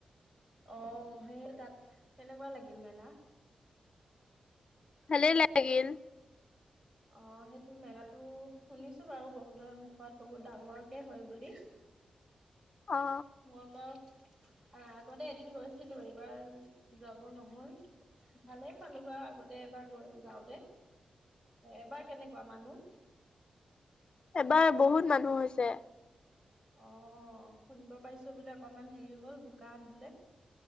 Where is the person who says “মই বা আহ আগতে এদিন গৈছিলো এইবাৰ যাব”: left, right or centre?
Right